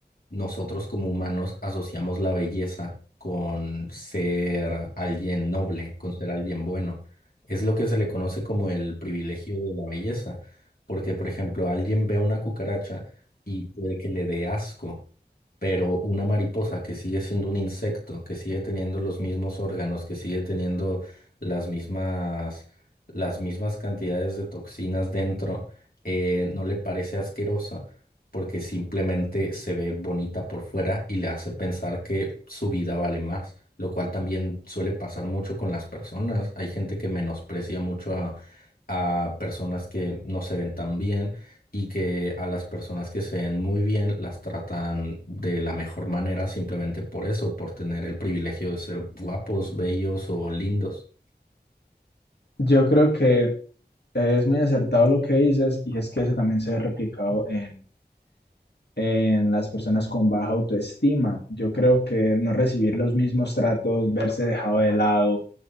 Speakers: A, on the left (about 60°); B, on the left (about 75°).
A: nosotros como humanos asociamos la belleza con ser alguien noble, con ser alguien bueno. Es lo que se le conoce como el privilegio de la belleza, porque por ejemplo, alguien ve a una cucaracha y puede que le dé asco. Pero una mariposa que sigue siendo un insecto, que sigue teniendo los mismos órganos, que sigue teniendo las mismas las mismas cantidades de toxinas dentro, eh, no le parece asquerosa porque simplemente se ve bonita por fuera y le hace pensar que su vida vale más, lo cual también suele pasar mucho con las personas. Hay gente que menosprecia mucho a, a personas que no se ven tan bien y que a las personas que se ven muy bien las tratan de la mejor manera simplemente por eso, por tener el privilegio de ser guapos, bellos o lindos.
B: Yo creo que es muy acertado lo que dices y es que eso también se ve replicado en en las personas con baja autoestima. Yo creo que no recibir los mismos tratos, verse dejado de lado,